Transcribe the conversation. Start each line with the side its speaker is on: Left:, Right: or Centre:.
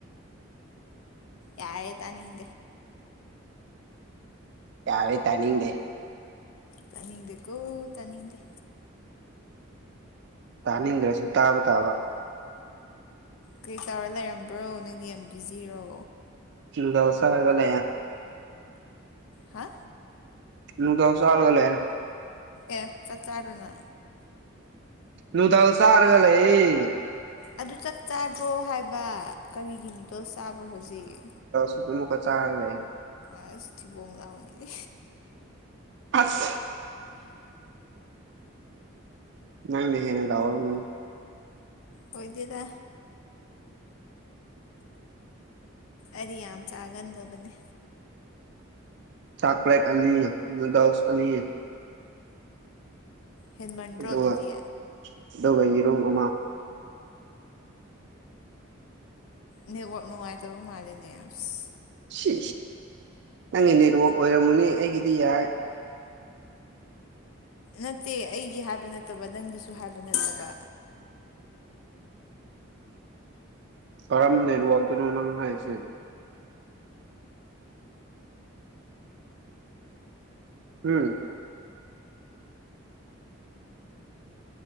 Left: ꯌꯥꯏꯦ ꯇꯅꯤꯦ
Right: ꯌꯥꯔꯦ ꯇꯥꯅꯤꯡꯗꯦ
Left: ꯇꯅꯤꯡꯗꯤꯦ ꯀꯣ ꯇꯅꯤꯡꯗꯤꯦ
Right: ꯇꯥꯅꯤꯡꯗ꯭ꯔꯁꯨ ꯇꯥꯕ ꯇꯥꯕ
Left: ꯀꯩ ꯇꯧꯔ ꯂꯩꯔꯝꯕ꯭ꯔꯣ ꯅꯪꯗꯤ ꯌꯥꯝ ꯕꯤꯖꯤꯔꯣ
Right: ꯗꯁꯥ ꯍꯥꯏꯒꯂ
Left: ꯍꯥ
Right: ꯂꯨꯗꯥꯑꯣ ꯆꯥꯒꯂꯦ
Left: ꯑꯦ ꯆꯥꯛ ꯆꯥꯗꯅ꯫
Right: ꯂꯨꯗꯥꯎ ꯆꯔꯒꯥ ꯍꯜꯂꯛ ꯑꯦ꯫
Left: ꯑꯗꯨ ꯆꯛ ꯆꯥꯗ꯭ꯔꯣ ꯍꯥꯏꯕ ꯀꯔꯤꯒꯤ ꯅꯨꯗꯜꯁ ꯆꯥꯕ꯭ꯔꯣ ꯍꯧꯖꯤꯛ꯫
Right: ꯑꯃꯛꯀ ꯆꯥꯔ ꯂꯩ
Left: ꯑꯁ ꯊꯤꯕꯣꯡꯂꯥꯎꯅꯤꯅꯦ
Right: ꯑꯥꯁ ꯅꯪꯅ ꯍꯦꯟꯅ ꯂꯥꯎꯔꯝꯒꯅꯤ꯫
Left: ꯑꯣꯏꯗꯦꯗ꯫ ꯑꯩꯗꯤ ꯌꯥꯝ ꯆꯥꯒꯟꯗꯕꯅꯤ꯫
Right: ꯆꯥꯛꯀ꯭ꯂꯦꯠ ꯑꯅꯤ ꯅꯨꯗꯜꯁ ꯑꯅꯤ꯫
Left: ꯍꯦꯟꯃꯟꯗ꯭ꯔꯣ
Right: ꯑꯗꯨꯒ
Left: ꯑꯗꯨꯗꯤ꯫
Right: ꯑꯗꯨꯒ ꯌꯦꯔꯣꯡ ꯑꯃ꯫
Left: ꯅꯦꯠꯋꯥꯛ ꯅꯨꯡꯉꯥꯏꯇꯕ ꯃꯥꯜꯂꯤꯅꯦ ꯑꯁ꯫
Right: ꯁꯤ ꯅꯪꯒꯤ ꯅꯦꯠꯋꯥꯛ ꯑꯣꯏꯔꯝꯃꯅꯤ ꯑꯩꯒꯤꯗꯤ ꯌꯥꯏ꯫
Left: ꯅꯠꯇꯦ ꯑꯩꯒꯤ ꯍꯥꯏꯕ ꯅꯠꯇꯕ ꯅꯪꯒꯤꯁꯨ ꯍꯥꯏꯕ ꯅꯠꯇꯕ꯫
Right: ꯀꯔꯝ ꯅꯦꯠꯋꯥꯛꯇꯅꯣ ꯅꯪ ꯍꯥꯏꯁꯦ꯫ ꯎꯝ꯫